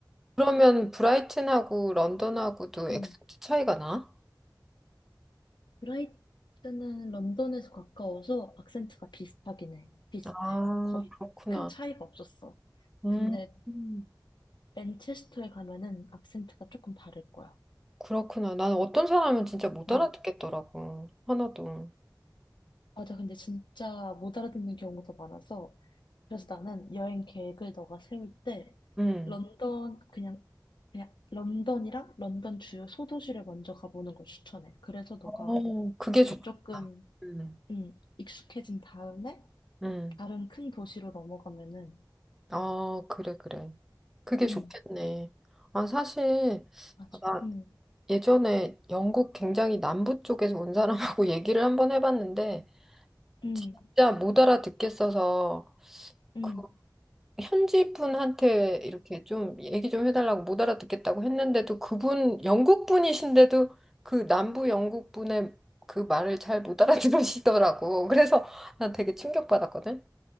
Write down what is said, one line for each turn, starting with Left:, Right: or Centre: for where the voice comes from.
Centre: 그러면 브라이튼하고 런던하고도
Left: 음.
Centre: 액센트 차이가 나?
Left: 브라이트는 런던에서 가까워서 악센트가 비슷하긴 해. 비슷해.
Centre: 아,
Left: 거의
Centre: 그렇구나.
Left: 큰 차이가 없었어.
Centre: 음,
Left: 근데
Centre: 음,
Left: 맨체스터에 가면은 악센트가 조금 다를 거야.
Centre: 그렇구나. 나는 어떤 사람은 진짜 못
Left: 음.
Centre: 알아듣겠더라고. 하나도.
Left: 맞아. 근데 진짜 못 알아듣는 경우가 더 많아서 그래서 나는 여행 계획을 너가 세울 때
Centre: 음.
Left: 런던 그냥 그냥 런던이랑 런던 주요 소도시를 먼저 가보는 걸 추천해. 그래서 너가
Centre: 어, 그게
Left: 뒤에
Centre: 좋겠다.
Left: 조금
Centre: 음,
Left: 음, 익숙해진 다음에
Centre: 음.
Left: 다른 큰 도시로 넘어가면은
Centre: 아, 그래, 그래. 그게 좋겠네.
Left: 응,
Centre: 아, 사실,
Left: 맞아.
Centre: 아, 나
Left: 응,
Centre: 예전에 영국 굉장히 남부 쪽에서 온 사람하고 <laughs> 얘기를 한번 해봤는데
Left: 응,
Centre: 진짜 못 알아듣겠어서
Left: 응,
Centre: 그 현지 분한테 이렇게 좀 얘기 좀 해달라고 못 알아듣겠다고 했는데도 그분 영국 분이신데도 그 남부 영국 분의 그 말을 잘 못 알아들으시더라고. <laughs> 그래서 난 되게 충격받았거든.